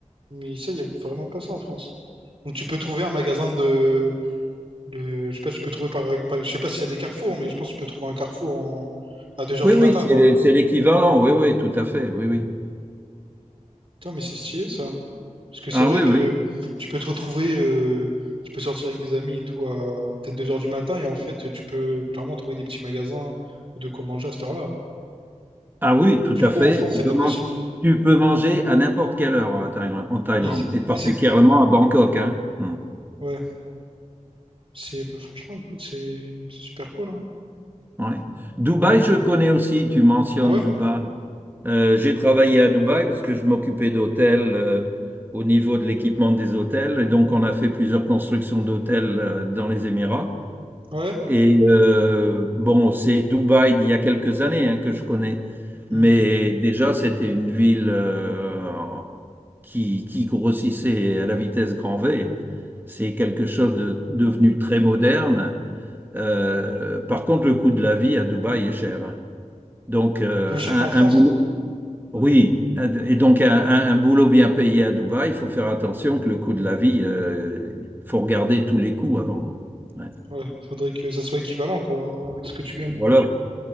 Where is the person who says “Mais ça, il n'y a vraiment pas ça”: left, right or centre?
Right